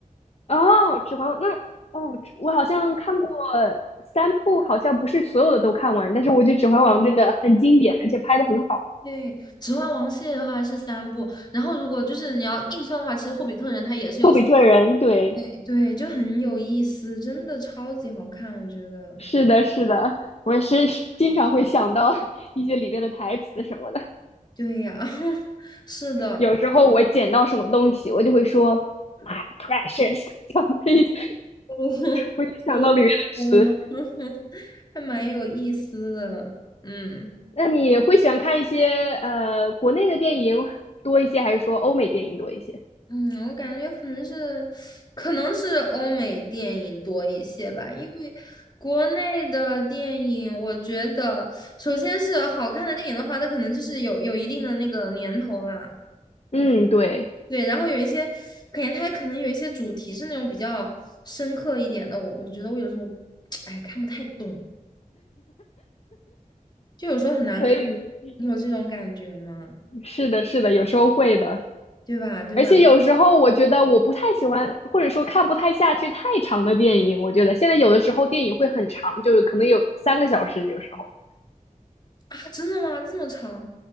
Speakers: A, on the left; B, on the left.
A: 哦，《指环王》那哦，我好像看过三部，好像不是所有的都看完，但是我觉得《指环王》真的很经典，而且拍的很好。
B: 对，《指环王》系列的话是三部，然后如果就是你要硬算的话，其实《霍比特人》它也是有三，
A: 《霍比特人》对，
B: 哎对，就很有意思，真的超级好看，我觉得。
A: 是的，是的，我也是经常会想到 <laughs> 一些里面的台词什么的。
B: 对呀，<laughs> 是的，
A: 有时候我捡到什么东西，我就会说 “my precious”，<laughs>
B: <laughs>
A: 我就想到里面的词。
B: 嗯，<laughs> 还蛮有意思的，嗯。
A: 那你会喜欢看一些呃国内的电影多一些，还是说欧美电影多一些？
B: 嗯，我感觉可能是，可能是欧美电影多一些吧，因为国内的电影，我觉得首先是好看的电影的话，它可能就是有有一定的那个年头啦，
A: 嗯，对，
B: 对，然后有一些，感觉它可能有一些主题是那种比较深刻一点的，我我觉得我有时候，<tsk> 哎，看不太懂，就有时候很难看，
A: 可以，
B: 你有这种感觉吗？
A: 是的，是的，有时候会的。
B: 对吧？对吧？
A: 而且有时候我觉得我不太喜欢，或者说看不太下去太长的电影。我觉得现在有的时候电影会很长，就是可能有三个小时，有时候。
B: 啊，真的吗？这么长？